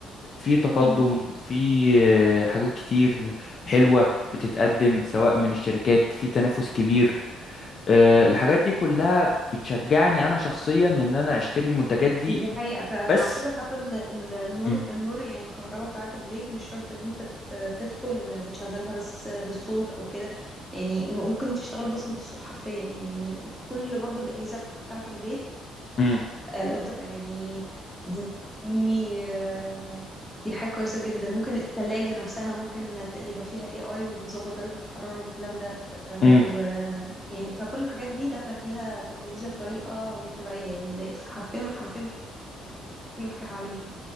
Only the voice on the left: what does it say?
في تقدم
في آه، حاجات كتير حلوة بتتقدم سواء من الشركات في تنافس كبير آه، الحاجات دي كلها بتشجعني أنا شخصيا إن أنا أشتري المنتجات دي
بس
مم،
مم،
مم،